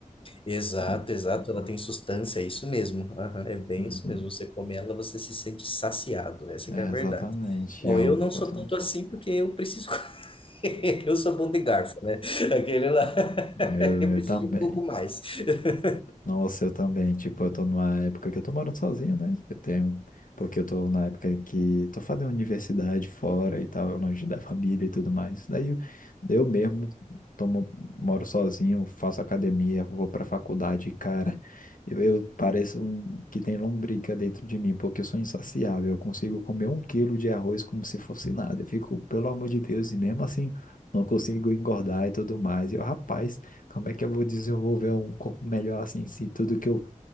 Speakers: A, on the left; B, on the left.
A: Exato,
B: É... um,
A: exato.
B: Uhum.
A: Ela tem sustância, é isso mesmo. Aham, É bem
B: Uhum.
A: isso mesmo. Você come ela, você se sente saciado. Essa
B: É,
A: que é a verdade.
B: exatamente,
A: Bom,
B: eu
A: eu não sou
B: gosto
A: tanto
B: muito.
A: assim porque eu preciso <laughs> comer. Eu sou bom de garfo, né? Aquele lá, <laughs>
B: Ah, Eu,
A: eu preciso
B: eu também.
A: de um pouco mais. <laughs>
B: Nossa, eu também. Tipo, eu tô numa época que eu tô morando sozinho, né? Eu tenho. Porque eu tô na época que tô fazendo universidade fora e tal, longe da família e tudo mais. Daí eu eu mesmo tomo, moro sozinho, faço academia, vou pra faculdade, e, cara. Eu, eu pareço um que tem lombriga dentro de mim, porque eu sou insaciável. Eu consigo comer um quilo de arroz como se fosse nada. Eu fico, pelo amor de Deus, e mesmo assim não consigo engordar e tudo mais. E eu, rapaz. Como é que eu vou desenvolver um corpo melhor assim, se tudo que eu